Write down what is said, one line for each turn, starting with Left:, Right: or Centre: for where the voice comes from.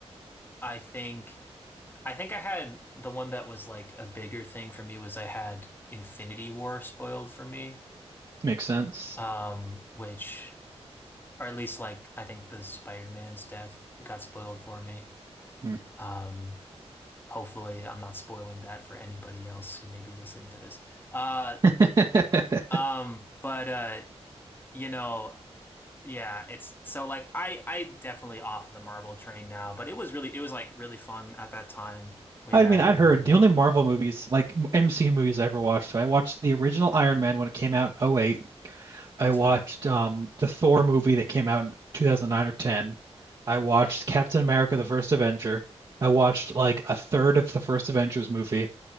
Left: I think I think I had the one that was like a bigger thing for me was I had Infinity War spoiled for me.
Right: Makes sense.
Left: Um, which or at least like I think the Spider-Man's death got spoiled for me.
Right: Hmm.
Left: Um. Hopefully, I'm not spoiling that for anybody else who may be listening to this. Uh,
Right: <laughs>
Left: um, but uh, you know, yeah, it's so like I I definitely off the Marvel train now, but it was really it was like really fun at that time, way
Right: I
Left: back
Right: mean, I'd
Left: then
Right: heard
Left: to like
Right: the only Marvel movies, like MCU movies I ever watched. So I watched the original Iron Man when it came out in oh 08. I
Left: that's
Right: watched
Left: fair.
Right: um, the Thor movie that came out in 2009 or 10. I watched Captain America: The First Avenger. I watched like a third of the first Avengers movie,